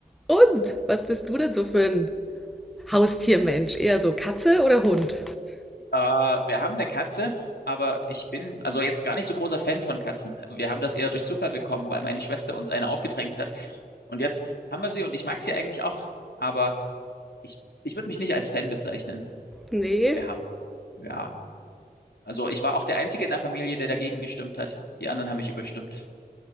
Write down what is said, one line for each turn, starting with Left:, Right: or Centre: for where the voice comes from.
Centre: Und was bist du denn so für ein Haustiermensch? Eher so Katze oder Hund?
Left: Äh, wir haben eine Katze, aber ich bin also jetzt gar nicht so großer Fan von Katzen. Wir haben das eher durch Zufall bekommen, weil meine Schwester uns eine aufgedrängt hat. Und jetzt haben wir sie und ich mag sie eigentlich auch, aber ich, ich würde mich nicht als Fan bezeichnen.
Centre: Nee.
Left: Wir haben, ja, also ich war auch der Einzige in der Familie, der dagegen gestimmt hat. Die anderen haben mich überstimmt.